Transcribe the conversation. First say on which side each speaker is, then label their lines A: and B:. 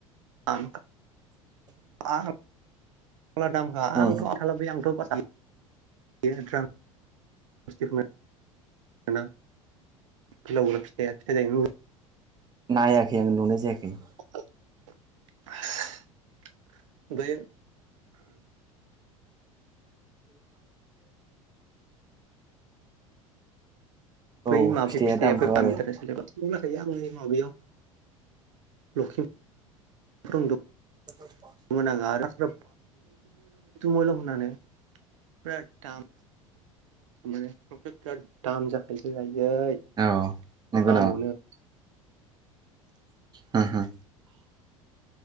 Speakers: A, on the right (about 65°); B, on the right (about 25°).
A: आं
B: ब
A: आं मला दामखा
B: उम
A: आंथ' आथलाै आंथ' बास <inaudible> बेफोरनो मोना <inaudible> फावा फिथायाया फि ज <inaudible>
B: नायाखै आं नुनाय जायाखै
A: <inaudible> बे
B: <inaudible>
A: बै
B: औ
A: माबि
B: फिथाइया
A: फिथायाबो
B: दामथ'
A: गामि
B: आरो
A: <unintelligible> लखिम <unintelligible>
B: <unintelligible>
A: <unintelligible> मलथ मल होननानै बिराद दाम मोनो <unintelligible> <unintelligible> बिराद दाम जाखानसै आयै मा
B: औ नंगौ
A: होमबावनो
B: ह ह